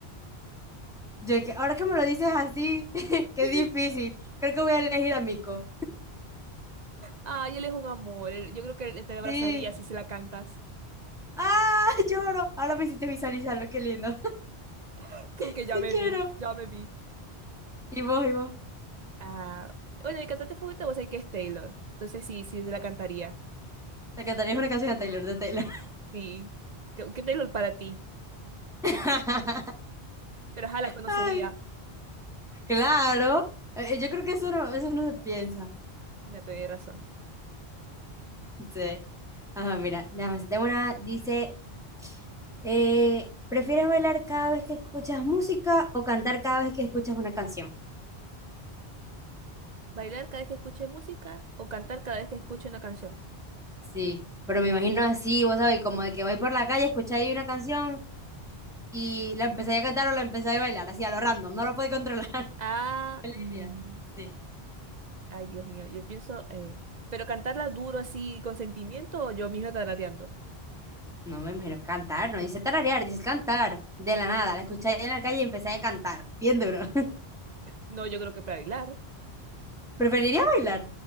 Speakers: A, in the centre; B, on the right.
A: Yo que ahora que me lo dices así, <laughs> qué
B: <laughs>
A: difícil. Creo que voy a elegir a Mico.
B: Ay, él es un amor. él- Yo creo que él te abrazaría
A: Sí.
B: si se la cantas.
A: Ah, <laughs> lloro. Ahora me hiciste visualizarlo, qué lindo.
B: <laughs> Como que
A: Sí
B: ya me
A: quiero.
B: vi, ya me vi.
A: Y vos, y vos.
B: Ah, bueno, mi cantante favorita vos sabés que es Taylor. Entonces sí, sí, se la cantaría.
A: Te cantarías una canción de Taylor, de Taylor.
B: Sí. ¿Qué, qué Taylor para ti?
A: <laughs>
B: Pero ajá, la conocería.
A: Ay, claro. Eh, eh, Yo creo que eso no, eso no se piensa.
B: No, tenés razón.
A: Sí. Ajá, mira, déjame hacerte una. Dice, eh, ¿prefieres bailar cada vez que escuchas música o cantar cada vez que escuchas una canción?
B: ¿Bailar cada vez que escuche música o cantar cada vez que escuche una canción?
A: Sí, pero me imagino así, vos sabés, como de que vais por la calle, escucháis una canción y la empezáis a cantar o la empezáis a bailar, así a lo random, no lo podéis controlar. <laughs>
B: Ah,
A: Qué alegría.
B: mm,
A: Sí.
B: Ay, Dios mío, yo pienso, eh, pero cantarla duro así con sentimiento o yo misma tarareando.
A: No me imagino cantar, no dice tararear, dice cantar. De la nada, la escuché en la calle y empecé a cantar, bien duro. <laughs>
B: No, yo creo que para bailar.
A: ¿Preferiría bailar?